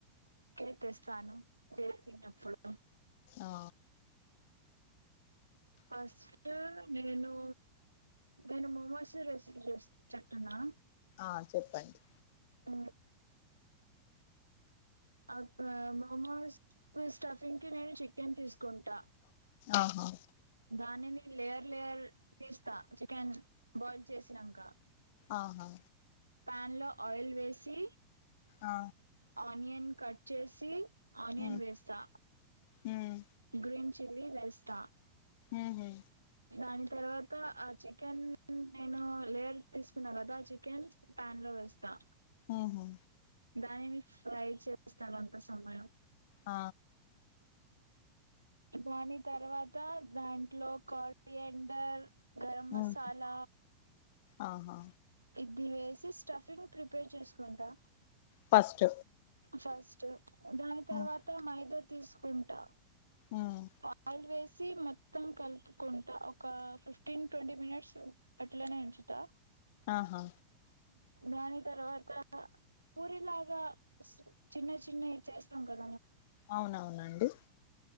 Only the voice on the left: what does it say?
ఆ
ఆ చెప్పండి
ఆహా
ఆహా
ఆ
ఉమ్
ఉమ్
ఉహు
ఉహు
ఆ
ఉమ్ ఆహా
ఫస్ట్
ఉమ్
ఉమ్
హ
అవునవునండి